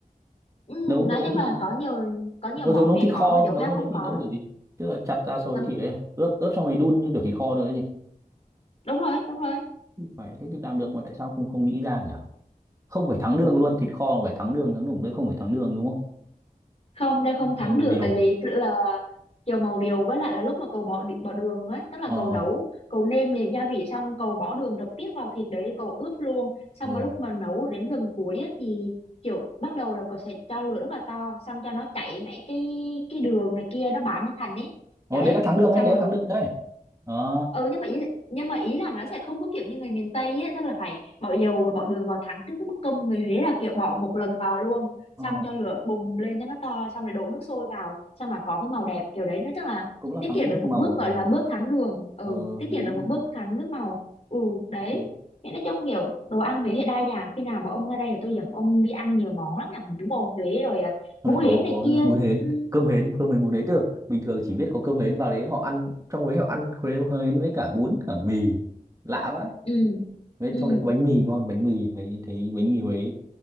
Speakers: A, on the left; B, on the right.
A: ừ,
B: nấu
A: nói
B: cái đấy
A: chung
B: thì
A: là có nhiều có nhiều
B: bao
A: món
B: giờ nấu
A: Huế
B: thịt
A: có
B: kho
A: mà chỗ
B: nấu
A: khác
B: cái
A: không
B: đấy
A: có
B: thì nấu
A: lắm
B: kiểu gì tức là chặt ra rồi
A: đúng,
B: thì ấy à, ướp ướp xong rồi đun như kiểu thịt kho rồi ấy gì
A: đúng rồi đúng rồi
B: phải thế thì làm được mà tại sao không không nghĩ ra nhỉ không phải thắng đường luôn thịt kho là phải thắng đường thắng đường đấy không phải thắng đường đúng không
A: không đây không thắng
B: dầu màu
A: đường
B: điều
A: tại vì tức là dầu màu điều với lại là lúc mà cậu bỏ đi- bỏ đường ấy tức là
B: ờ
A: cậu nấu cậu nêm nếm gia vị xong cậu bỏ đường trực tiếp vào thịt đấy cậu ướp luôn xong
B: ờ
A: mà lúc mà nấu đến gần cuối ấy, thì kiểu bắt đầu là cậu sẽ cho lửa rất là to xong cho nó chảy mấy cái cái đường này kia nó bám lên thành ấy
B: ờ
A: đấy
B: đấy là thắng đường đấy
A: xong
B: đấy
A: rồi
B: là thắng đường đấy ờ
A: ừ nhưng mà ý nhưng mà ý là nó sẽ không có kiểu như người miền Tây ấy tức là phải bỏ dầu và bỏ đường vào thắng trước cái bức công người Huế là kiểu bỏ một lần vào luôn
B: ờ
A: xong cho lửa bùng lên cho nó to xong rồi đổ nước sôi vào xong là có cái màu đẹp kiểu đấy nó chắc là
B: cũng là
A: tiết
B: thắng
A: kiệm
B: nước
A: được một
B: màu
A: bước gọi
B: ờ
A: là bước thắng đường ừ
B: ờ
A: tiết
B: đúng
A: kiệm được một bước thắng nước màu ừ đấy
B: rồi.
A: Thế nói chung kiểu đồ ăn Huế thì đa dạng khi nào mà ông ra đây thì tôi dẫn ông đi ăn nhiều món lắm nhỉ bún bò Huế rồi à,
B: Trong
A: bún
B: này có
A: Huế này
B: có
A: kia
B: bún hến,
A: ừ
B: cơm hến, cơm hến bún hến chứ. Bình thường chỉ biết có cơm hến vào đấy họ ăn trong đấy họ ăn khuế- hến với cả bún cả mì. Lạ vậy.
A: ừ
B: Với
A: ừ
B: trong đấy có bánh mì ngon, bánh mì thấy thấy bánh mì Huế